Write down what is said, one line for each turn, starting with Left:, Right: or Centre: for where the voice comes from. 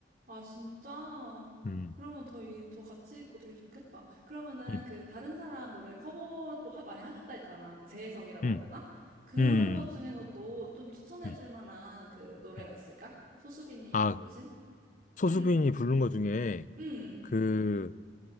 Right: 아, 진짜?
Left: 음.
Right: 그러면 더 이게 더 가치 있고 되게 좋겠다. 그러면은
Left: 음.
Right: 그 다른 사람 노래 커버도 하- 많이 하셨다 했잖아. 그 재해석이라고
Left: 음.
Right: 해야 되나? 그런
Left: 음.
Right: 것 중에서도 좀 추천해
Left: 음,
Right: 줄 만한 그 노래가
Left: 음.
Right: 있을까? 소수비 님이
Left: 아,
Right: 부르신?
Left: 소수빈이
Right: 응,
Left: 부른 거 중에
Right: 응,
Left: 그,